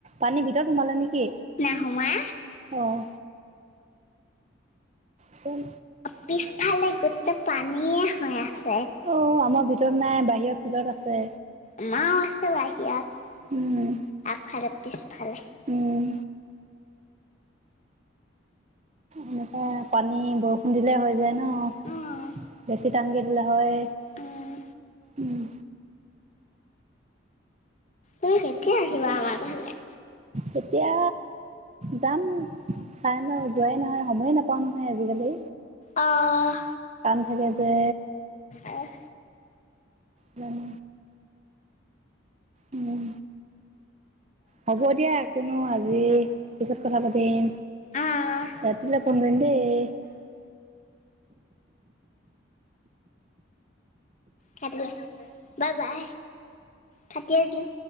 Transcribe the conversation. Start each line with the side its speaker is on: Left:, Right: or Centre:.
Right: পানী ভিতৰত সোমালে নেকি,
Left: নাহোৱা
Right: অহ চোন
Left: পিছফালে গোটেই পানীয়ে হৈ আছে
Right: অ' আমাৰ ভিতৰত নাই বাহিৰৰ ফিল্ডত আছে।
Left: আমাৰো আছে বাহিৰত
Right: উম
Left: আগফালে পিছফালে
Right: উম এনেকে পানী বৰষুণ দিলে হৈ যায় ন অ'
Left: উম
Right: বেছি টান কে দিলে হয়
Left: উম
Right: উম
Left: তুমি কেতিয়া আহিবা আমাৰ ঘৰলে
Right: কেতিয়া যাম চাই নহ যোৱাই নহয় সময়ে নাপ পোৱা নহয় আজিকালি
Left: অ'
Right: কাম থাকে যে
Left: আহ
Right: উম উম হ'ব দিয়া একোনো আজি পিছত কথা পাতিম
Left: অ'
Right: ৰাতিলে ফোন কৰিমদেই
Left: কাতিডিলো বাই বাই কাতিয়ে দিলুং